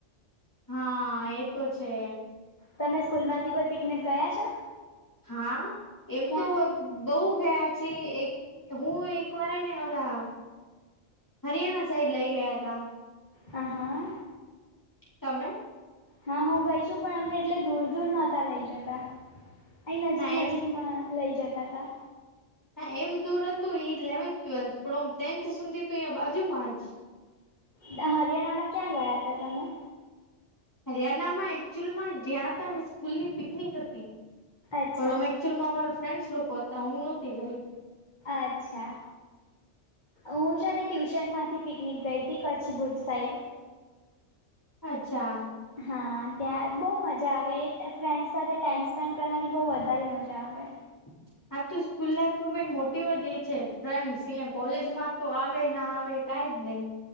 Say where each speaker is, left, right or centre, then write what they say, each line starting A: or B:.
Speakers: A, on the left; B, on the left.
A: હા એતો છે.
B: તમે સ્કૂલ માંથી કોઈ પિકનિક ગયા છો
A: હા એમ
B: ક્યાં
A: તો વ બઉ ગયા છે એક હું એક વાર એને ઓલા હરિયાણા સાઈડ લઈ ગયા તા
B: આહ
A: તમે
B: હા હું ગઈ છું પણ અમને એટલે દૂર દૂર નતા લઈ જતા અહીં નજીક
A: ના
B: નજીકમાં
A: એમ
B: લઈ જતા તા.
A: હા એમ દૂર હતું ઇલેવન્થ ટ્વેલ્થ પણ ઓમ ટેન્થ સુધી તો અહીયા બાજુમાં જ
B: તા હરિયાણામાં ક્યાં ગયા હતા તમે
A: હરિયાણામાં એકચુલી માં ગયાં હતા એ સ્કૂલ ની પિકનિક હતી
B: અચ્છા
A: પણ અમે એકચુલમાં મારા ફ્રેન્ડ્સ લોકો હતા હું નહોતી ગઈ.
B: અચ્છા હું છે ને ટ્યુશન માંથી પિકનિક ગઈ હતી કચ્છ ભુજ સાઈડ.
A: અચ્છા
B: હા ત્યાં બહુ મજા આવે ત્યાં ફ્રેન્ડ્સ ટાઈમ સ્પેન્ડ કરવાની બહુ વધારે મજા આવે.
A: <unintelligible> સાચું સ્કૂલ લાઈફનું મેન મોટીવ જ એ છે ફ્રેન્ડસ અહિયાં કોલેજમાં તો આવે ના આવે. કંઈ જ નહી.